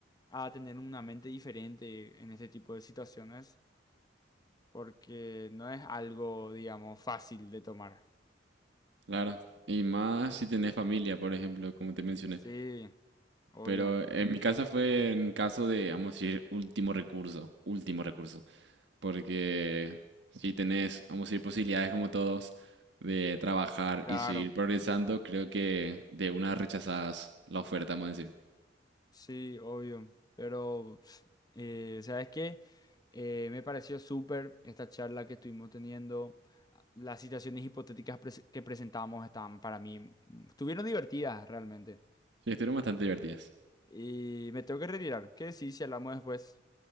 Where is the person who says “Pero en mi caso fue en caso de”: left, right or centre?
Right